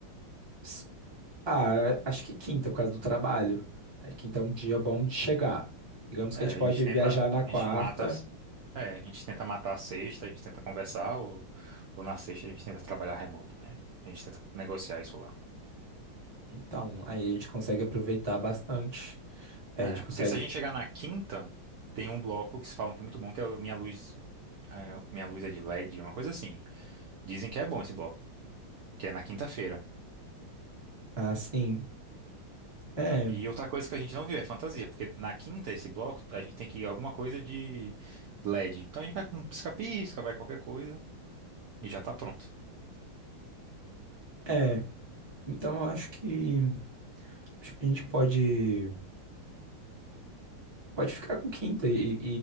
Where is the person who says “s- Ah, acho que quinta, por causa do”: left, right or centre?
Right